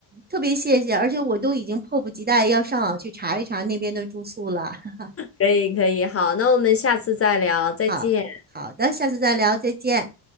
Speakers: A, on the right; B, on the left.
A: 特别谢谢，而且我都已经迫不及待要上网去查一查那边的住宿了。<laughs>
B: 可以可以，好，那我们下次再聊，再见。
A: 好好的，下次再聊，再见。